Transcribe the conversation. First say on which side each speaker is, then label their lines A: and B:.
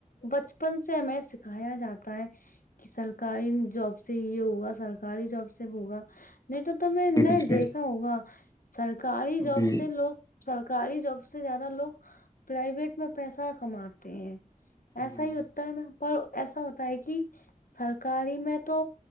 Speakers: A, on the left (about 85°); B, on the left (about 25°).
A: بچپن سے ہمیں سکھایا جاتا ہے کہ سرکاری جاب سے یہ ہوگا سرکاری جاب سے ہوگا نہیں تو تو میں نہیں
B: جی جی
A: دیکھا ہوگا سرکاری
B: جی
A: جاب سے لوگ سرکاری جاب سے زیادہ لوگ پرائویٹ میں پیسہ کماتے ہیں ایسا
B: جی
A: ہی ہوتا ہے نا پر ایسا ہوتا ہے کہ سرکاری میں تو